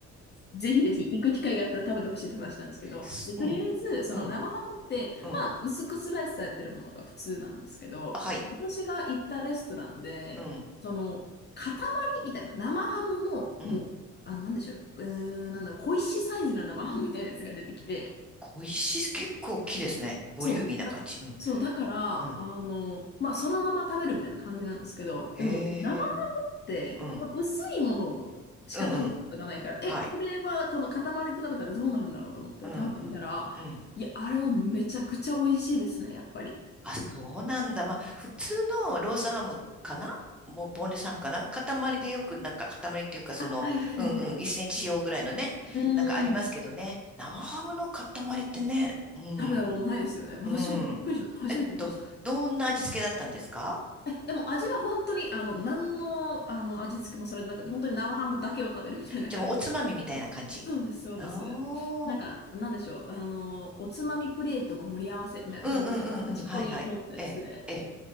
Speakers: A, on the left; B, in the centre.
A: ぜひぜひ行く機会があったら食べてほしいって話なんですけど、
B: う。すうん、
A: で、とりあえず、その生ハムって、
B: うん、うん。
A: まあ、薄くスライスされてるものが普通なんですけど、
B: あはい。
A: 私が行ったレストランで、
B: うん、
A: その、塊みたいな、生ハムの、
B: うん。
A: もう、あ、なんでしょう、うーん、なんだろう、小石サイズの生ハムみたいなやつが出てきて、
B: 小石、結構大きいですね。ボリューミーな感じ。
A: そう。だ、
B: うん、
A: そう、だから、
B: うん。
A: あの、まあ、そのまま食べるみたいな感じなんですけど、
B: へえ。
A: でも、生ハムって、
B: うん、
A: 薄いものをしか食べたことがないから、
B: うん、うん。はい。
A: え、これは、この塊で食べたらどうなるんだろうと思って食べてみたら、
B: うん、うん、うん。
A: いや、あれもめちゃくちゃ美味しいですね、やっぱり。
B: あ、そうなんだ。まあ、普通のロースハムかなもボンレスハムかな塊でよく、なんか塊っていうか、その、
A: あ、はいはいはいはい。
B: うんうん、1センチ四方ぐらいのね、
A: うーん。
B: なんかありますけどね。生ハムの塊ってね、うん。
A: 食べたことないですよね。私もびっくりしました。
B: うん。
A: 初めて見ました。
B: えっと、どんな味付けだったんですか
A: え、でも味は本当に、あの、何の、あの、味付けもされてなくて、本当に生ハムだけを食べるみたいな感じ。
B: じゃあもうおつまみみたいな感じ。
A: そうです、そうです。
B: あ
A: なんか、
B: あ、
A: なんでしょう。あの、おつまみプレートの盛り合わせみたいな感じで、
B: うんうんうんうん。
A: 端っこに乗ったやつで。
B: はいはい。ええ、ええ、